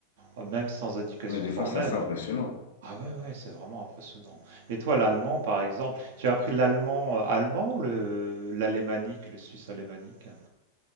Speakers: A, on the right; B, on the left.
A: euh, même sans éducation
B: Mais des
A: formelle,
B: fois, c'est assez
A: hein.
B: impressionnant.
A: Ah ouais, ouais, c'est vraiment impressionnant. Mais toi, l'allemand, par exemple, tu as appris l'allemand euh, allemand ou le, l'alémanique, le suisse alémanique?